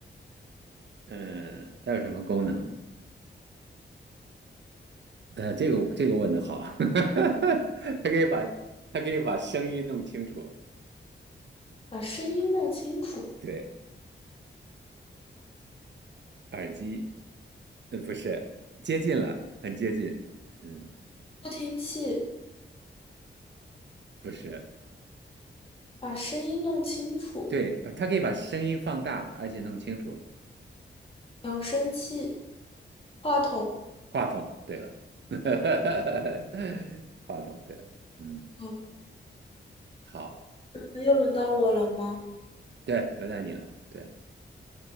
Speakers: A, on the right; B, on the left.
A: 嗯，它有什么功能？呃，这个这个问的好，<laughs> 它可以把它可以把声音弄清楚。
B: 把声音弄清楚，
A: 对，耳机，呃，不是，接近了，很接近。嗯，
B: 助听器，
A: 不是。
B: 把声音弄清楚，
A: 对，把它可以把声音放大，而且弄清楚。
B: 扬声器，话筒。
A: 话筒，对了，<laughs> 话筒，对了，嗯，
B: 好，
A: 好，
B: 那又轮到我了吗？
A: 对，轮到你了，对